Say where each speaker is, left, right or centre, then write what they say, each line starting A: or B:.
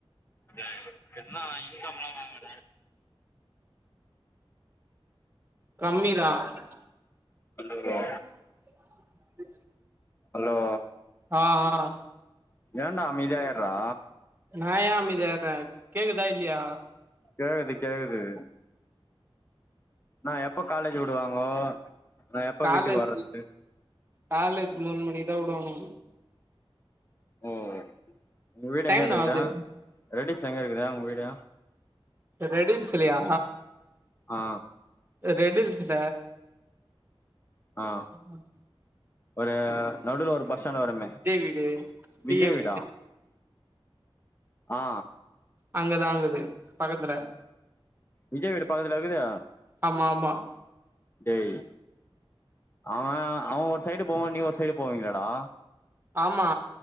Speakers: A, on the left (about 25°); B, on the right (about 20°).
A: ன இன்கம் எல்லா வாங்கா
B: கம்மிதா ரி
A: ஹலோ
B: <unintelligible>
A: ஹலோ
B: ஆ ஆ
A: ஏன்டா அமைதியா இருறா
B: நா ஏ அமைதியா இருக்கே கேக்குதா இல்லையா
A: கேக்குது கேக்குது நா எப்ப காலேஜ் விடுவாங்கோ நா எப்ப
B: காலஜி
A: வீட்டுக்கு வர்றது
B: காலேஜ் போன் பண்ணி எ விடுவாங்க
A: ஓ உங்க வீடு
B: டைம்
A: எங்க
B: என்னா
A: இருக்குது
B: ஆவுது
A: ரெடிஸ் எங்க இருக்குதா உங்க வீட
B: ரெடின்ஸலயா
A: ஆ
B: ரெட்டிஸ்ல
A: ஆ
B: ஆஹ <inaudible>
A: ஒரு நடுவுல ஒரு பஸ் ஸ்டாண்ட் வருமே
B: வீடு சி
A: விஜய்
B: எம்
A: வீடா ஆ
B: அங்கதான் குது பக்கத்துல
A: விஜய் வீடு பக்கத்லயா இக்குது
B: ஆமா ஆமா
A: டேய் அவன் அவன் ஒரு சைடு போவான் நீ ஒரு சைடு போவீங்களேடா
B: ஆமா